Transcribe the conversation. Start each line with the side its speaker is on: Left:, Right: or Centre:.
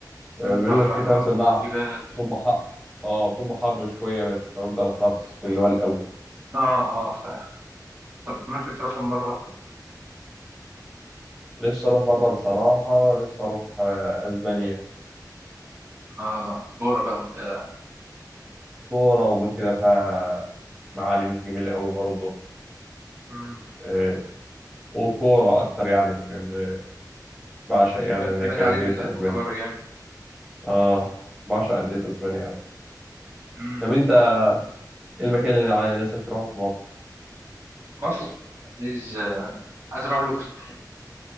Centre: آه،
Right: أمم،
Centre: بيقولوا
Right: بحر
Centre: مشكلتها
Right: احمر
Centre: بس
Right: وجبال
Centre: إنها بتبقى حر اه بتبقى حر شوية بس لو أنت رحتها في الصيف اللي هو الأول
Right: اه اه ف... طب نفسك تروح فين بره
Centre: نفسي أروح بره بصراحة نفسي أروح آه، أسبانيا
Right: اه كوره بقى وبتاع
Centre: كورة وغير كده فمعالم جميلة قوي برضه
Right: أمم،
Centre: آه، وكورة أكتر يعني لأن بعشق
Right: ايوه
Centre: يعني
Right: بان
Centre: إن
Right: باين
Centre: كان
Right: عليك
Centre: أندية
Right: بتحب
Centre: أسبانيا
Right: الكوره جامد
Centre: آه بعشق أندية أسبانيا أوي
Right: أمم،
Centre: طب أنت إيه المكان اللي على نفسك تروحه في مصر؟
Right: مصر عايز عايز اروح الاقصر